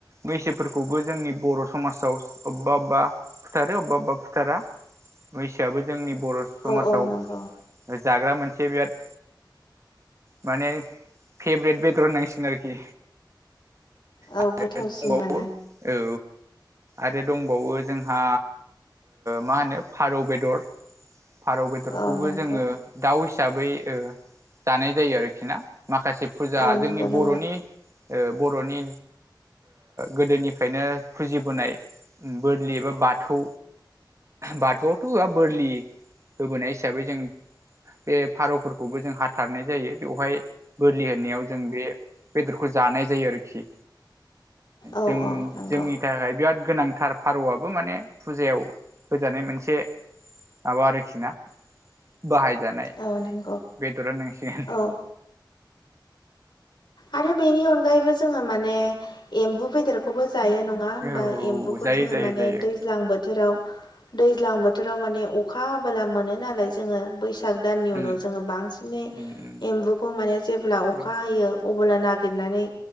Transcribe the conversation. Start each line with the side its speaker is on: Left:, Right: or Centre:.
Right: बैसोफोरखौबो जोंनि बर' समाजाव अबेबा अबेबा फुथारो अबेबा अबेबा फुथारा बैसोआबो जोंनि बर' समाजाव
Left: औ औ नंगौ
Right: जाग्रा मोनसे बिराद माने फेभरेट बेदर होनांसिगोन आरोखि।
Left: औ
Right: आरो
Left: गोथावसिन
Right: दंबावो
Left: मोनो
Right: औ आरो दंबावो जोंहा मा होनो फारौ बेदर। फारौ बेदरखौबो
Left: औ नंगौ
Right: जोङो दाउ हिसाबै जानाय जायो आरोखि ना माखासे फुजा
Left: औ नंगौ
Right: जोंनि
Left: नंगौ
Right: बर'नि बर'नि‌। गोदोनिफ्रायनो फुजिबोनाय बोोरलि एबा बाथौ बाथौआवथ' बोरलि होबोनाय हिसाबै जों बे फारौफोरखौबो जों हाथारनाय जायो बेवहाय बोलि होनायाव जों बे बेदरखौ जानाय जायो आरोखि
Left: औ
Right: जों
Left: औ नंगौ
Right: जोंनि थाखाय बिराद गोनांथार फारौआबो माने फुजायाव होजानाय मोनसे माबा आरोखि न बाहायजानाय
Left: औ नंगौ
Right: बेदर होननांसिगोन
Left: औ आरो बेनि अनगायैबो जोङो माने एम्बु बेदर एखौबो जायो नङा होनबा
Right: औ
Left: एम्बुखौ
Right: जायो
Left: जोङो
Right: जायो
Left: माने
Right: जायो
Left: दैज्लां बोथोराव। दैज्लां बोथोराव माने अखा हाबोला मोनो नालाय जोङो बैसाग बैसाग दाननि
Right: उम
Left: उनाव जोङो बांसिनै
Right: उम
Left: एम्बुखौ माने जेब्ला अखा
Right: उम
Left: हायो अब्ला नागिरनानै